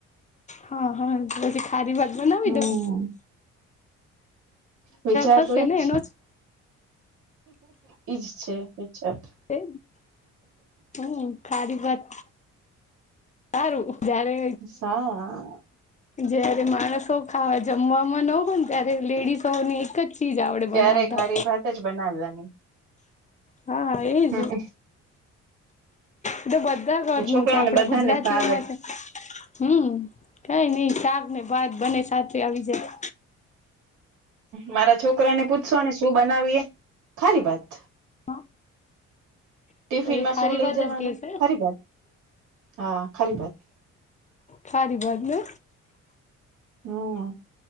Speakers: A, on the left; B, on the right.
A: હા હા પછી ખારી ભાત બનાવી
B: હમ
A: દો
B: વિચાર
A: થશે
B: તો એજ
A: ને
B: છે
A: એનો જ
B: એઈજ છે વિચાર
A: એ હમ્મ ખરી ભાત સારું જારે
B: સા
A: જયારે માણસો ખાવા જમવામાં ન હોય ને ત્યારે લેડીસોને એક જ ઈજ આવડે
B: ત્યારે
A: બનાવતા
B: ખારી ભાત જ બનાવવાની
A: હા હા એજ
B: હમ
A: એ તો બધા ઘરનું
B: છોકરાઓને
A: છે આપડા
B: બધાને
A: ગુજરાતીઓમાં
B: ભાવે
A: છે હમ્મ કઈ નઈ શાક ને ભાત બને સાથે આવી જાય
B: મારા છોકરા ને પૂછશોને શું બનાવીએ ખારી ભાત.
A: <inaudible>
B: ટિફિન માં
A: ખારી
B: શું લઇ
A: ભાત
B: જવાનું
A: જ કેશે
B: ખરી ભત હા ખરી બાત
A: સારી વાત ને
B: હમ્મ